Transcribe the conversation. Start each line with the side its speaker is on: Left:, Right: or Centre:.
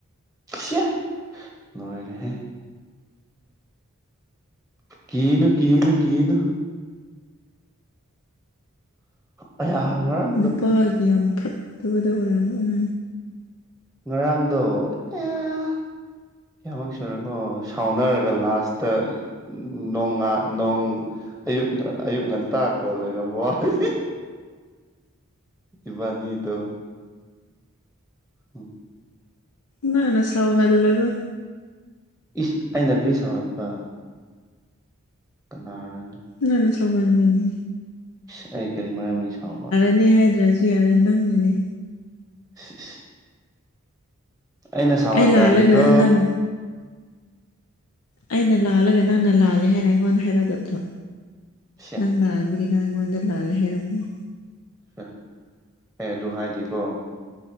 Centre: ꯁꯤꯌꯥ ꯂꯣꯢꯔꯦꯍꯦ ꯀꯤꯅꯨ ꯀꯤꯅꯨ ꯀꯤꯅꯨ <inaudible> ꯑꯩꯌ ꯉꯔꯥꯡ
Left: ꯅꯨꯄꯥꯒꯤ ꯌꯥꯝ ꯐꯠꯇꯕꯗ ꯑꯣꯢꯔꯝ ꯎꯝ
Centre: ꯉꯔꯥꯡꯗꯣ ꯑꯦꯌꯥ ꯀꯌꯥꯃꯨꯛ ꯁꯨꯔꯦꯀꯣ ꯁꯥꯎꯅꯔꯒ ꯂꯥꯁꯇ ꯅꯣꯡꯉꯥ ꯅꯣꯡ ꯑꯌꯨꯛ ꯑꯥ ꯑꯌꯨꯛ ꯉꯟꯇꯥ ꯀꯣꯜ ꯂꯩꯔꯝꯕ ꯋꯥꯅꯤ ꯏꯕꯅꯤꯗꯣ ꯍꯨꯝ
Left: ꯅꯪꯅ ꯁꯥꯎ ꯍꯜꯂꯒ
Centre: ꯏꯁ ꯑꯩꯅ ꯀ꯭ꯔꯤ ꯁꯥꯎꯍꯟꯕ ꯀꯥꯅꯔꯅꯦ
Left: ꯅꯪꯅ ꯁꯥꯎꯍꯟꯕꯅꯤ
Centre: ꯏꯁ ꯑꯩ ꯀꯔꯤ ꯃꯔꯝ ꯂꯩ ꯁꯥꯎꯕ
Left: ꯅꯦ ꯍꯥꯢꯗ꯭ꯔꯁꯨ ꯌꯥꯔꯦ ꯅꯪꯅꯅꯤ
Centre: ꯏꯁ ꯏꯁ ꯑꯩꯅ ꯁꯥꯎꯍꯟꯗꯕꯅꯤꯀꯣ
Left: ꯑꯩ ꯂꯥꯜꯂꯒ ꯅꯪ ꯑꯩꯅ ꯂꯥꯜꯂꯒ ꯅꯪꯅ ꯂꯥꯜꯂꯦ ꯍꯥꯢꯅ ꯑꯩꯉꯣꯟꯗ ꯍꯥꯢꯔꯛꯒꯗ꯭ꯔꯣ
Centre: ꯁꯤꯌꯥ
Left: ꯅꯪꯅ ꯗꯨꯒꯤ ꯅꯪ ꯑꯩꯉꯣꯟꯗ ꯂꯥꯜꯂꯦ ꯍꯥꯢꯔꯛꯄꯅꯤ
Centre: ꯍ ꯑꯩ ꯑꯗꯨ ꯍꯥꯢꯗꯦꯀꯣ